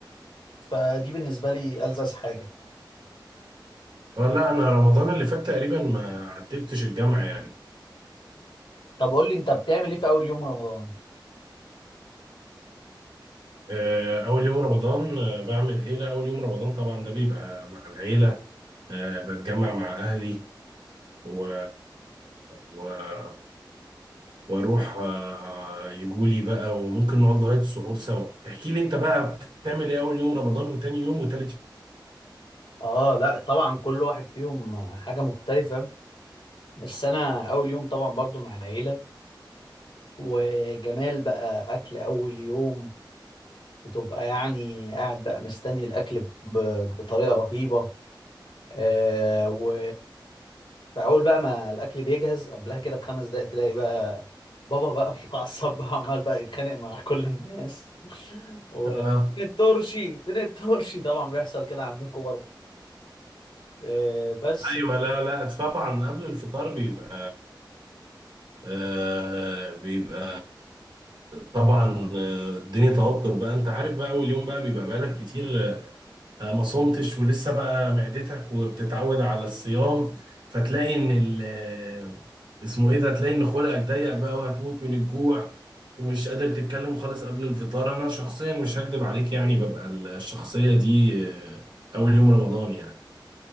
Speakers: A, on the left (about 75°); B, on the right (about 70°).
A: فدي بالنسبة لي ألذذ حاجة
B: اه لا انا رمضان اللي فات تقريبا ما عتبتش الجامعة يعني
A: طب قول لي انت بتعمل ايه في اول يوم رمضان؟
B: آه، اول يوم رمضان آه، بعمل ايه لا اول يوم رمضان طبعا ده بيبقى مع العيلة آه، بتجمع مع اهلي و... و... واروح آه، يجولي بقى وممكن نقعد لغايه السحور سوا احكي لي انت بقى بتعمل ايه اول يوم رمضان وتاني يوم وتالت
A: اه لا طبعا كل واحد فيهم حاجة مختلفة بس انا اول يوم طبعا برضو مع العيلة وجمال بقى اكل اول يوم بتبقى يعني قاعد بقى مستني الاكل ب- بطريقة رهيبة آه و فاول بقى ما الاكل بيجهز قبلها كده بخمس دقايق تلاقي بقى بابا بقى <laughs> متعصب بقى عمال بقى يتخانق مع كل الناس <laughs> و
B: يوم آه.
A: فين الترشي فين الترشي طبعا بيحصل كده عندكم برضه آه بس
B: ايوه لا لا طبعا قبل الفطار بيبقى آه بيبقى طبعا آه، الدنيا توتر بقى انت عارف بقى اول يوم بقى بيبقى بقالك كتير آه، ما صمتش ولسه بقى معدتك وبتتعود على الصيام فتلاقي ان ال آه، اسمه ايه ده تلاقي ان خلقك ضيق بقى وهتموت من الجوع ومش قادر تتكلم خالص قبل الفطار انا شخصيا مش هكدب عليك يعني ببقى الشخصية دي آه، اول يوم رمضان يعني